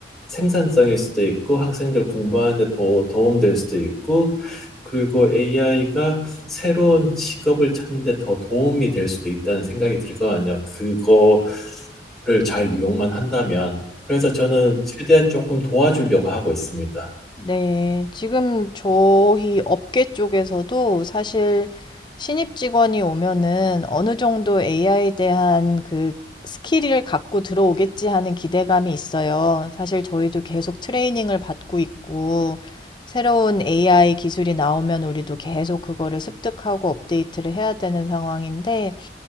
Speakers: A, in the centre; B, on the left (about 25°).
A: 생산성일 수도 있고 학생들 공부하는데 더 도움될 수도 있고 그리고 AI가 새로운 직업을 찾는데 더 도움이 될 수도 있다는 생각이 들 거 아니에요. 그거를 잘 이용만 한다면. 그래서 저는 최대한 조금 도와주려고 하고 있습니다.
B: 네. 지금 저희 업계 쪽에서도 사실 신입 직원이 오면은 어느 정도 AI에 대한 그 스킬을 갖고 들어오겠지 하는 기대감이 있어요. 사실 저희도 계속 트레이닝을 받고 있고 새로운 AI 기술이 나오면 우리도 계속 그거를 습득하고 업데이트를 해야 되는 상황인데